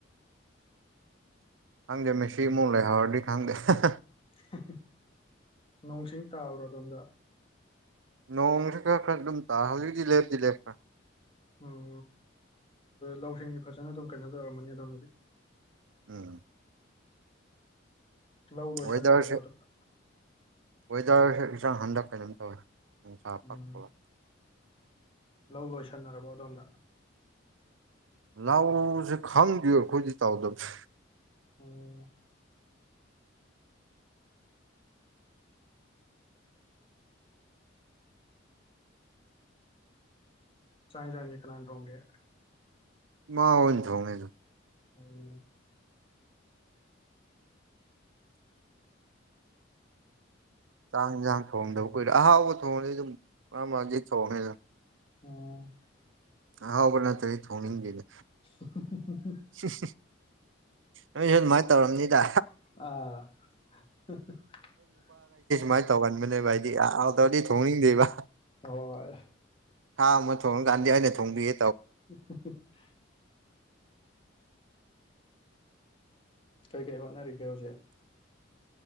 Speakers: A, on the right; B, on the left.
A: ꯈꯪꯗꯦ ꯃꯦꯁꯤ ꯏꯃꯨꯛ ꯂꯩꯍꯧꯔꯗꯤ ꯈꯪꯗꯦ ꯍꯥꯍꯥꯍꯥ
B: ꯍꯥꯍꯥ ꯅꯣꯡꯁꯤꯡ ꯇꯥꯕ꯭ꯔꯣ ꯑꯗꯣꯝꯗ
A: ꯅꯣꯡꯁꯤ ꯈꯔ ꯈꯔ ꯗꯨꯝ ꯇꯥ ꯍꯧꯖꯤꯛꯇꯤ ꯂꯦꯞꯇꯤ ꯂꯦꯞꯈ꯭ꯔꯦ
B: ꯑꯣ ꯂꯧꯁꯤꯡꯗꯤ ꯐꯖꯅ ꯑꯗꯨꯝ ꯀꯩꯅꯣ ꯇꯧꯔꯝꯃꯅꯤ ꯑꯗꯣꯝꯗꯗꯤ
A: ꯎꯝ
B: ꯂꯧ ꯂꯣꯁꯤꯟꯅꯔꯕꯣ
A: ꯋꯦꯗꯔꯁꯦ
B: ꯑꯗꯣꯝꯗ
A: ꯋꯦꯗꯔꯁꯦ ꯏꯟꯁ ꯍꯟꯗꯛ ꯀꯩꯅꯣꯝ ꯇꯧꯋꯦ ꯅꯨꯡꯁꯥ
B: ꯎꯝ
A: ꯄꯥꯛ ꯊꯣꯛꯂꯛ
B: ꯂꯧ ꯂꯣꯏꯁꯤꯟꯅꯔꯕꯣ ꯑꯗꯣꯝꯗ
A: ꯂꯎꯁꯦ ꯈꯪꯗꯦ ꯑꯩꯈꯣꯏꯗꯤ ꯇꯥꯎꯗꯕꯅꯤ
B: ꯑꯣ ꯆꯥꯛ ꯏꯟꯁꯥꯡꯗꯤ ꯀꯅꯥꯅ ꯊꯣꯡꯒꯦ
A: ꯏꯃꯥ ꯍꯣꯏꯅ ꯊꯣꯡꯉꯦ ꯑꯗꯨꯝ
B: ꯎꯝ
A: ꯆꯥꯛ ꯏꯟꯁꯪ ꯊꯣꯡꯗꯕ ꯀꯨꯏꯔꯦ ꯑꯍꯥꯎꯕ ꯊꯣꯡꯉꯗꯤ ꯑꯗꯨꯝ ꯃꯔ ꯃꯔꯥꯛꯇꯤ ꯊꯣꯡꯉꯦ ꯑꯗꯨꯝ
B: ꯑꯣ
A: ꯑꯍꯥꯎꯕ ꯅꯠꯇ꯭ꯔꯥꯗꯤ ꯊꯣꯡꯅꯤꯡꯗꯦꯕ
B: ꯍꯨꯝ ꯍꯨꯝ
A: ꯍꯤꯍꯤꯍꯤ ꯅꯣꯏꯁꯨ ꯑꯗꯨꯃꯥꯏꯅ ꯇꯧꯔꯝꯅꯤꯗ
B: ꯑꯥꯪꯍꯤꯍꯤꯍꯤ
A: ꯃꯥꯏꯟ ꯇꯧꯒꯟꯕꯅꯦꯕ ꯑꯩꯗꯤ ꯍꯥꯎꯇꯔꯗꯤ ꯊꯣꯡꯅꯤꯡꯗꯦꯕ
B: ꯍꯣꯏ
A: ꯍꯥꯝꯕ ꯊꯣꯡꯉꯀꯟꯗꯗꯤ ꯑꯩꯅ ꯊꯣꯡꯕꯤꯌꯦ
B: <unintelligible> ꯀꯩ ꯀꯩ ꯍꯣꯠꯅꯔꯤꯒꯦ ꯍꯧꯖꯤꯛ